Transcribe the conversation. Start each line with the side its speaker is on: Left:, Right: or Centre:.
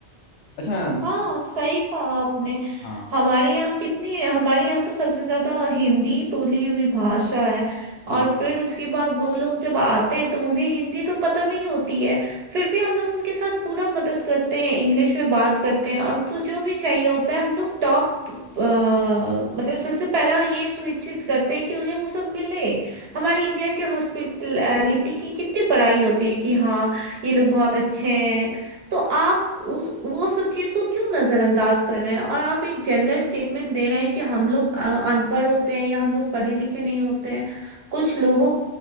Left: अच्छा
Right: हाँ सही कहा आपने
Left: हाँ
Right: हमारे यहाँ कितनी हमारे यहाँ तो सबसे ज्यादा हिंदी बोली हुई भाषा है
Left: बिल्कुल
Right: और फिर उसके बाद वो लोग जब आते हैं तो उन्हें हिंदी तो पता नहीं होती है फिर भी हम लोग उनके साथ पूरा मदद करते हैं इंग्लिश में बात करते हैं और उनको जो भी चाहिए होता है हम लोग टॉप मतलब सबसे पहला ये सुनिश्चित करते हैं कि उन्हें वो सब मिले हमारे इंडिया के हॉस्पिटलिटी की कितनी बड़ाई होती है कि हाँ ये लोग बहुत अच्छे हैं तो आप उस वो सब चीज को क्यों नजरअंदाज कर रहे हैं और आप एक जनरल स्टेटमेंट दे रहे हैं कि हम लोग अ- अनपढ़ होते हैं या हम लोग पढ़े लिखे नहीं होते हैं कुछ लोगों